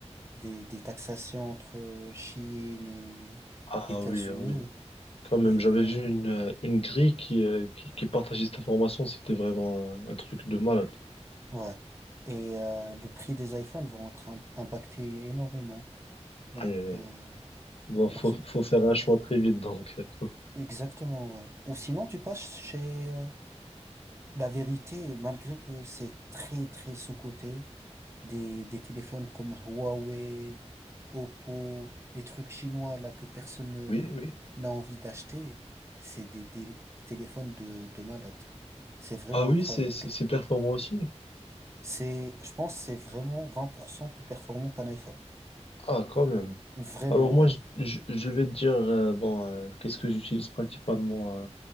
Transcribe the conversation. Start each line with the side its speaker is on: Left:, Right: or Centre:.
Right: des, des taxations entre euh, Chine et
Left: Ah
Right: États-Unis.
Left: oui, ah oui. Quand même,
Right: Et
Left: j'avais
Right: euh,
Left: vu une euh, une grille qui euh, qui, qui partageait cette information, c'était vraiment un, un truc de malade.
Right: Ouais. Et euh, le prix des iPhones vont être im- impactés énormément. Donc,
Left: Aïe aïe aïe.
Right: euh,
Left: Bon, faut
Right: parce que...
Left: faut faire un choix très vite donc. euh,
Right: Exactement, ouais. Ou sinon, tu passes chez euh, La Vérité, malgré que c'est très, très sous-coté, des, des téléphones comme Huawei, Oppo, des trucs chinois là que personne ne-
Left: Oui, oui.
Right: n'a envie d'acheter, c'est des, des téléphones de, de malade. C'est vraiment
Left: Ah oui,
Right: incroyable.
Left: c'est c'est c'est performant aussi.
Right: C'est, je pense, que c'est vraiment 20% plus performant qu'un iPhone.
Left: Ah quand même.
Right: Vraiment,
Left: Alors moi
Right: ouais.
Left: je je, je vais te dire euh, bon euh, qu'est-ce que j'utilise principalement euh,